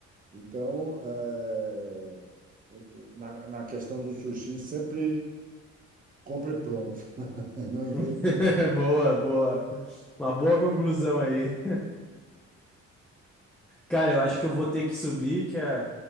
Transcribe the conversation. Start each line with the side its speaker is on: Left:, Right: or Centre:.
Right: Então, é, na, na questão do sushi, sempre compre pronto. <laughs> Não invente.
Centre: <laughs> Boa, boa. Uma boa conclusão aí. Cara, eu acho que eu vou ter que subir, que é...